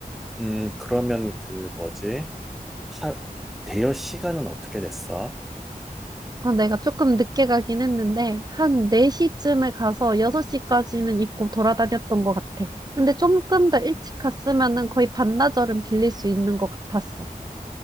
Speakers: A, in the centre; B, on the right.
A: 음 그러면 그 뭐지 하, 대여 시간은 어떻게 됐어?
B: 아, 내가 조금 늦게 가긴 했는데 한 4시쯤에 가서 6시까지는 입고 돌아다녔던 것 같아. 근데 조금 더 일찍 갔으면은 거의 반나절은 빌릴 수 있는 것 같았어.